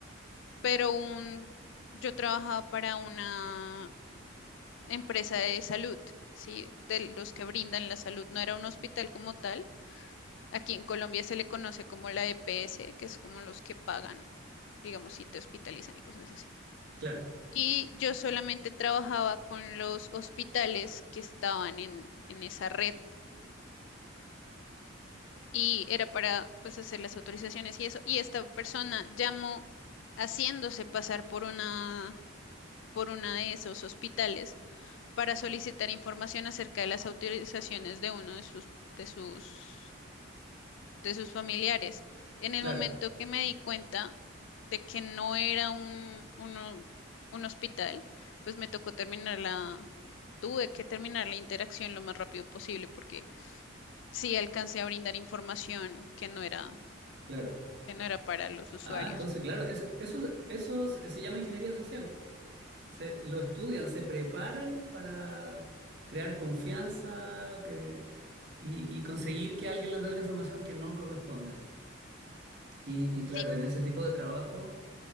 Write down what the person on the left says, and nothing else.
pero un, yo trabajaba para una empresa de salud, ¿sí? De los que brindan la salud, no era un hospital como tal Aquí en Colombia se le conoce como la EPS, que es como los que pagan, digamos, si te hospitalizan y cosas así.
Y yo solamente trabajaba con los hospitales que estaban en, en esa red y era para pues hacer las autorizaciones y eso. Y esta persona llamó haciéndose pasar por una, por una de esos hospitales para solicitar información acerca de las autorizaciones de uno de sus, de sus de sus familiares. En el
momento que me di cuenta de que no era un, uno- un hospital, pues me tocó terminar la, tuve que terminar la interacción lo más rápido posible porque sí alcancé a brindar información que no era,
que no era para los usuarios.
Sí,